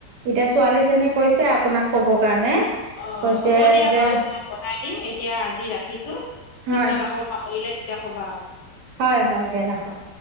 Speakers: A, on the right; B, on the left.
A: এতিয়া ছোৱালীজনীয়ে কৈছে আপোনাক ক'ব কাৰণে।
B: অ'
A: কৈছে
B: হ'ব দিয়া
A: যে
B: বাৰু মই বনাই দিম, এতিয়া আজি ৰাখিছো। পিছত
A: হয়,
B: আকৌ পাহৰিলে তেতিয়া কবা।
A: হয়, হয় দিয়া ৰাখক।